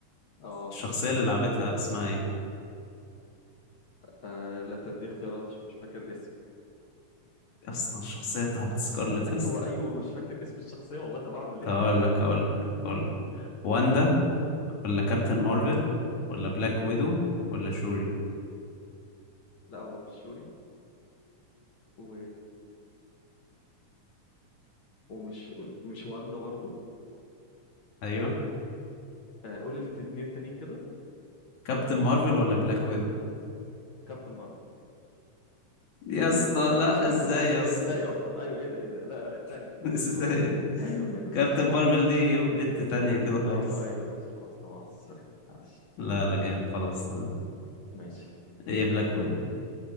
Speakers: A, on the left; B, on the left.
A: اه
B: الشخصية اللي لعبتها اسمها ايه
A: آه، لا تدي اختيارات مش مش فاكر الاسم
B: يا اسطى الشخصية بتاعت سكارلت
A: ايوه
B: يا اسطى
A: ايوه مش فاكر اسم الشخصيه والله طب اعمل
B: طب
A: ايه <laughs>
B: اقول لك اقول لك اقول لك واندا ولا كابتن مارفل ولا بلاك ويدو ولا شوري
A: لا هو مش شوري و... ومش مش واندا برضو
B: ايوه
A: آه، قول الاثنين التانيين كده
B: كابتن مارفل ولا بلاك ويدو
A: كابتن مارفل
B: يا اسطى لا
A: لا كابتن
B: ازاي
A: مارفل
B: يا اسطى
A: ايه ازاي اصلا ايوه ايه ده ايه ده لا لا الثانيه
B: <laughs>
A: الثانيه
B: ازاي
A: اللي بعد ايوه ايوه
B: كابتن
A: ماشي
B: مارفل دي بنت تانية كده خالص
A: ايوه ايوه ماشي خلاص لا مؤاخذه سوري معلش
B: لا لا جامد خلاص تمام
A: ماشي
B: هي بلاك ويدو